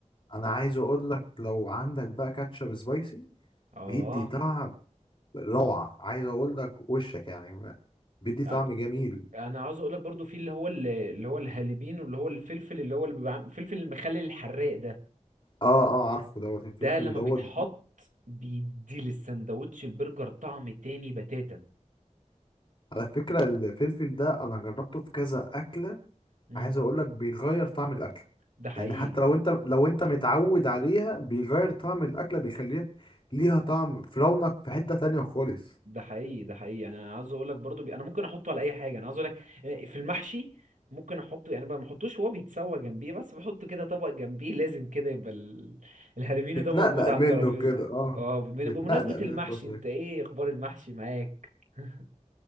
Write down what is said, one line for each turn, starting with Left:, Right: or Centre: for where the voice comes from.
Left: انا عايز اقول لك لو عندك بقى كاتشب سبايسي
Right: اه
Left: بيدي طعم روعة عايز اقول لك وشك يعني ما- بيدي طعم
Right: أ-
Left: جميل
Right: انا عاوز اقولك برضو في اللي هو ال- اللي هو الهالبين واللي هو الفلفل اللي هو اللي بيبقى عام- الفلفل المخلل الحراق ده
Left: اه اه عارفه دوت الفلفل
Right: ده لما
Left: دوت
Right: بيتحط بيدي للسندوتش البرجر طعم تاني بتاتا
Left: على فكرة الفلفل ده انا جربته في كذا اكلة
Right: امم
Left: عايز اقول لك بيغير طعم الاكلة
Right: ده حقيقي
Left: يعني حتى لو انت لو انت متعود عليها بيغير طعم الاكلة بيخليها ليها طعم في رونق في حتة تانية خالص
Right: ده حقيقي ده حقيقي يعني انا عاوز اقول لك برضو بي... انا ممكن احطه على اي حاجه انا عاوز اقول لك آه، في المحشي ممكن احطه يعني بقى ما احطوش وهو بيتسوى جنبيه بس بحطه كده طبق جنبيه لازم كده يبقى ال... الهالوفينو
Left: بتنقنق
Right: ده موجود على
Left: منه
Right: الترابيزه
Left: كده الكفته اه
Right: اه بمن-
Left: بتنقنق
Right: بمناسبه
Left: من
Right: المحشي
Left: التوفيق
Right: انت ايه اخبار المحشي معاك <laughs>